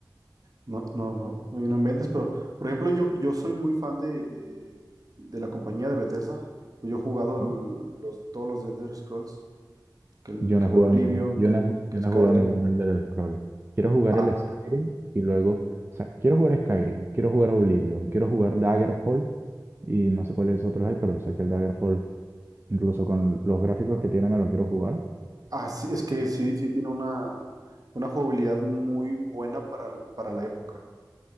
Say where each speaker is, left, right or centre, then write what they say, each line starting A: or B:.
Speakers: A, on the right; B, on the right.
A: No, no, no, no, y no inventes. Pero, por ejemplo, yo, yo soy muy fan de, de, de la compañía de Bethesda. Pues yo he jugado
B: ¿no?
A: el- los, todos los Elder Scrolls. Que el,
B: Yo
A: que
B: no he
A: el
B: jugado
A: Oblivion,
B: ningún, yo
A: que
B: no
A: el,
B: he, ju-
A: que
B: yo
A: Skyrim.
B: no he jugado ningún Elder Scroll. Quiero jugar
A: A-
B: el Skyrim y luego, o sea, quiero jugar Skyrim, quiero jugar Oblivion, quiero jugar Daggerfall y no sé cuáles otros hay, pero sé que el Daggerfall, incluso con los gráficos que tiene, me lo quiero jugar.
A: Ah, sí, es que sí, sí tiene una, una jugabilidad muy buena para, el- para la época.